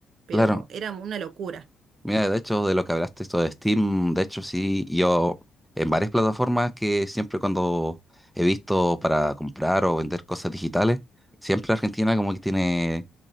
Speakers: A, on the right; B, in the centre.
A: pero
B: claro.
A: era una locura.
B: Mira, de hecho, de lo que hablaste, esto de Steam, de hecho, sí, yo en varias plataformas que siempre cuando he visto para comprar o vender cosas digitales, siempre Argentina como que tiene